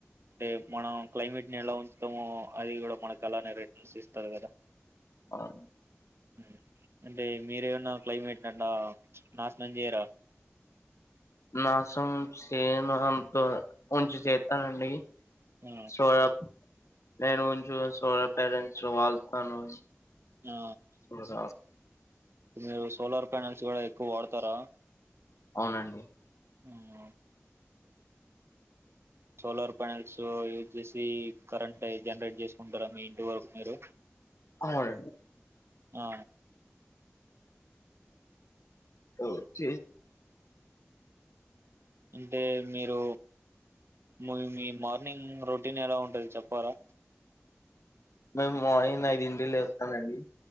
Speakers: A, on the right; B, on the left.
A: అంటే మనం క్లైమేట్ నెలా ఉంచటము అది కూడా మనకు అలానే రిటర్న్స్ ఇస్తారు కదా
B: అవును
A: హ్మ్. అంటే మీరేమన్నా క్లైమేట్ నాశనం చేయరా
B: నాశం చేను అంత ఉంచ చేస్తానండి
A: ఆ
B: సోరా నేను ఉంచు సోరా పేరెట్స్ వాళతాను
A: ఆ
B: స
A: మీరు సోలార్ ప్యానెల్స్ కూడా ఎక్కువ వాడతారా
B: అవునండి
A: హ్మ్. సోలార్ ప్యానెల్స్ యూజ్ చేసి కరెంట్ జనరేట్ చేసుకుంటారా మీ ఇంటి వరకు మీరు
B: అవు
A: ఆ
B: ఓ చ
A: అంటే మీరు మీ మీ మార్నింగ్ రొటీన్ ఎలా ఉంటుంది చెప్పారా
B: మేము మార్నింగ్ ఐదింటిలు వస్తానండి